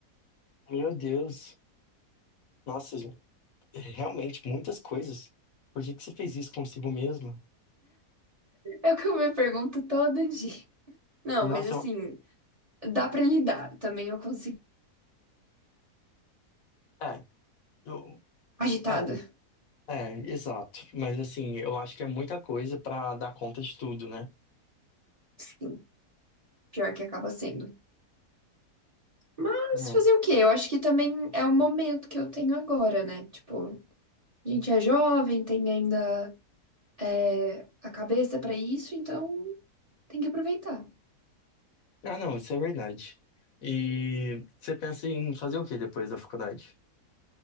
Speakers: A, on the left; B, on the right.
A: meu Deus. Nossa, gente, realmente, muitas coisas. Por que que você fez isso consigo mesmo?
B: É o que eu me pergunto todo dia. Não,
A: Nossa,
B: mas assim, dá pra lidar. Também eu consigo.
A: é, eu-
B: Agitada.
A: é, É, exato. Mas assim, eu acho que é muita coisa pra dar conta de tudo, né?
B: Sim, pior que acaba sendo. Mas
A: É.
B: fazer o quê? Eu acho que também é o momento que eu tenho agora, né? Tipo, a gente é jovem, tem ainda é, a cabeça pra isso, então tem que aproveitar.
A: Ah, não, isso é verdade. E você pensa em fazer o que depois da faculdade?